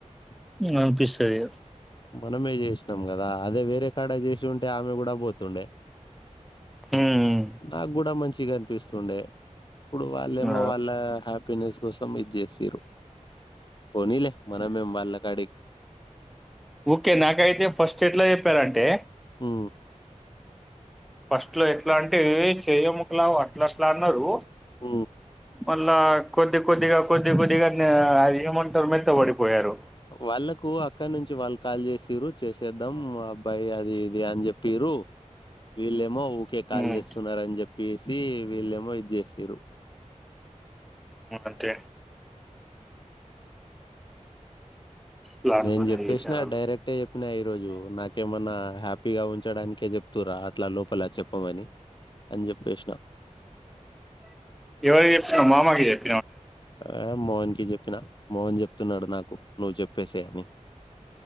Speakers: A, on the left (about 35°); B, in the centre.
A: <unintelligible> <inaudible>
B: ఉమ్ అనిపిస్తదిగా
A: మనమే జేసినం గదా అదే వేరే కాడ చేసి ఉంటే ఆమె గుడ పోతుండే
B: హ్మ్.
A: నాగ్గుడ మంచిగనిపిస్తుండే ఇప్పుడు వాళ్ళేమో
B: ఆ!
A: వాళ్ళ హ్యాపీనెస్ కోసం ఇది చేసిర్రు పోనీలే మనమేం వాళ్ళ కాడిక్
B: ఒక్కే నాకైతే ఫస్ట్ ఎట్ల జెప్పారంటే
A: ఉ
B: ఫస్ట్ లో ఎట్లా అంటే ఏ చేయముకులావు అట్ల అట్లా అన్నరు
A: ఊ
B: మళ్ళా కొద్ది కొద్దిగా కొద్ది కొద్దిగా నే ఏమంటరు మెత్త బడిపోయారు
A: వాళ్ళకు అక్కన్నించి వాళ్ల్ కాల్ జేసిర్రు చేసేద్దాం అబ్బాయి అది ఇది అని జెప్పిరు వీళ్ళే మో ఊకే కాల్
B: హ్మ్.
A: చేస్తున్నారని చెప్పేసి వీళ్ళేమో ఇది జేసిర్రు
B: ఆ అంతే ప్లాన్‌తోనే
A: నేన్ జెప్పేసిన
B: చేశారాళ్ళు.
A: డైరెక్టే జెప్పినా ఈ రోజు నాకేమన్నా హ్యాపీగా ఉంచడానికే జెప్తూర్ర అట్లా లోపల చెప్పమని అన్ జొప్పేష్న
B: ఎవరికి జెప్పినవ్ మామకు జెప్
A: ఏ మోహన్ కి చెప్పిన మోహన్ చెప్తున్నాడు నాకు నువ్ చెప్పేసేయ్ అని